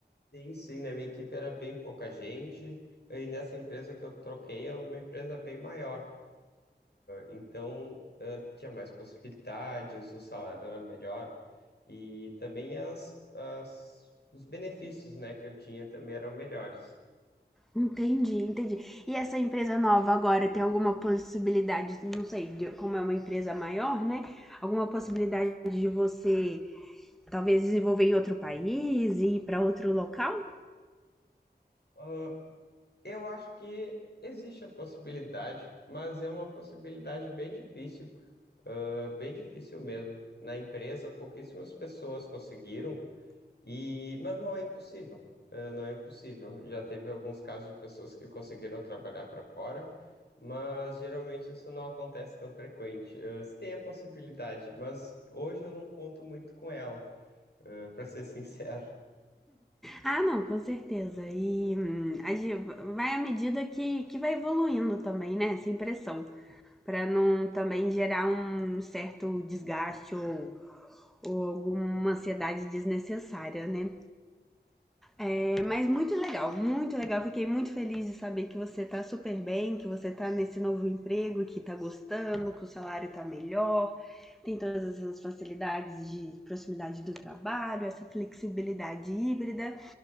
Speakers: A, on the left (about 65°); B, in the centre.
A: sim, sim, na minha equipe era bem pouca gente. E nessa empresa que eu troquei é uma empresa bem maior. Então, eh, tinha mais possibilidades, o salário era melhor e também as, as, os benefícios, né, que eu tinha também eram melhores.
B: Entendi, entendi. E essa empresa nova agora tem alguma possibilidade, não sei, de- como é uma empresa maior, né? Alguma possibilidade de você talvez desenvolver em outro país e ir para outro local?
A: Ah, Eu acho que existe a possibilidade, mas é uma possibilidade bem difícil, ah, bem difícil mesmo. Na empresa, pouquíssimas pessoas conseguiram, e mas não é impossível, ah, não é impossível. Já teve alguns casos de pessoas que conseguiram trabalhar para fora, mas geralmente isso não acontece tão frequente. Ah, se tem a possibilidade, mas hoje eu não conto muito com ela, para ser <laughs> sincero.
B: Ah, não, com certeza. E hum, a gente vai à medida que, que vai evoluindo também, né? Sem pressão. para não também gerar um certo desgaste ou, ou alguma ansiedade desnecessária, né? É, mas muito legal, muito legal. Fiquei muito feliz de saber que você tá super bem, que você tá nesse novo emprego, que tá gostando, que o salário tá melhor. Tem todas essas facilidades de proximidade do trabalho, essa flexibilidade híbrida.